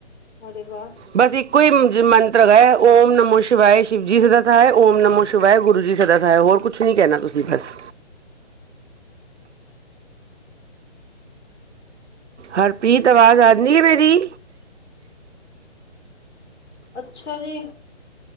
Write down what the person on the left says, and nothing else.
ਅਰੇ ਵਾ
ਅੱਛਾ ਜੀ